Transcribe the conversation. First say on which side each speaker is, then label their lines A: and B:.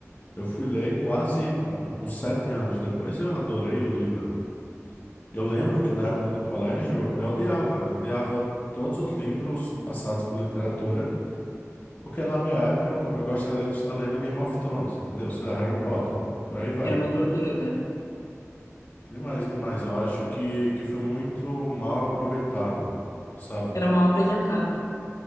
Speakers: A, on the left (about 30°); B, on the left (about 80°).
A: Eu fui ler quase ah, uns sete anos depois e eu adorei o livro. Eu lembro que na época do colégio eu odiava, eu odiava todos os livros passados por literatura, porque na minha época eu, go- eu gostaria de estar lendo Game of Thrones, entendeu? Sei lá, Harry Potter, e por aí vai.
B: Era uma tortura, cara.
A: Demais, demais. Eu acho que, que foi muito mal aproveitado, sabe?
B: Era mal apresentado